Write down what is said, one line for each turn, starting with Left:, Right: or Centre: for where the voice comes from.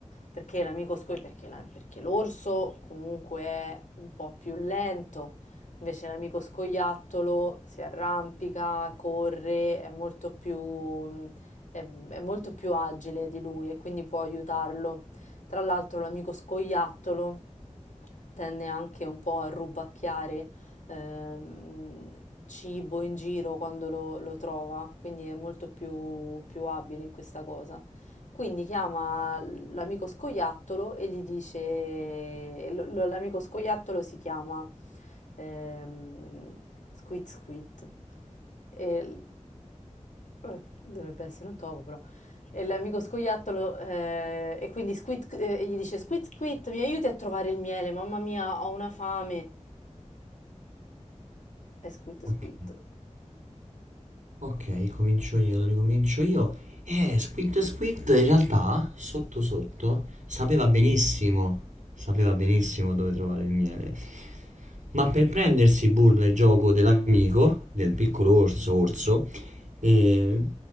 Left: perché l'amico scoiattolo, perché, la- perché l'orso comunque è un po' più lento Invece l'amico scoiattolo si arrampica, corre, è molto più, mh, è, è molto più agile di lui e quindi può aiutarlo. Tra l'altro l'amico scoiattolo tende anche un po' a rubacchiare ehm, cibo in giro quando lo, lo trova, quindi è molto più, più abile in questa cosa. Quindi chiama l'amico scoiattolo e gli dice, e lo- lo- l'amico scoiattolo si chiama ehm, Squid Squid. E l- eh, dovrebbe essere un topo, però. E l'amico scoiattolo, eh, e quindi Squid, eh, gli dice: Squid Squid, mi aiuti a trovare il miele, mamma mia, ho una fame. E Squid
Right: Ok,
Left: Squid
Right: ok, comincio io, lo ricomincio io. Eh, Squid Squid in realtà, sotto sotto, sapeva benissimo, sapeva benissimo dove trovare il miele. Ma per prendersi burla e gioco dell'amico, del piccolo orso, orso, eh,